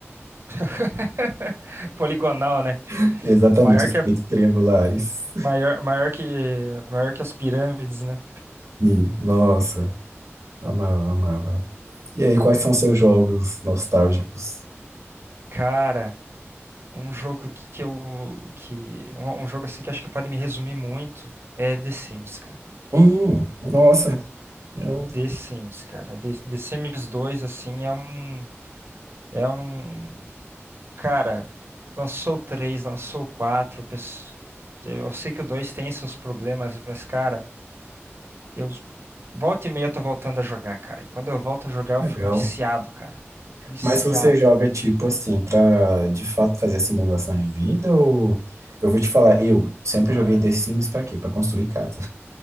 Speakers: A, on the right; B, on the right.
A: <laughs> Poligonal, né?
B: <laughs> Exatamente,
A: Maior
B: os
A: que
B: peitos
A: a,
B: triangulares.
A: maior, maior que, maior que as pirâmides, né?
B: E, nossa, amava, amava. E aí, quais são seus jogos nostálgicos?
A: Cara, um jogo que eu, que, um, um jogo assim que acho que pode me resumir muito é The Sims, cara.
B: Hum, nossa, ah,
A: The Sims, cara. The, The Sims dois, assim, é um. É um. Cara, lançou o 3, lançou o 4. pes- Eu sei que o 2 tem seus problemas, mas, cara, eu. Volta e meia eu tô voltando a jogar, cara. E quando eu volto a jogar,
B: que
A: eu
B: legal.
A: fico viciado, cara. Viciado.
B: Mas se você joga tipo assim pra de fato fazer simulação de vida ou eu vou te falar, eu sempre joguei The Sims pra quê? Pra construir casa.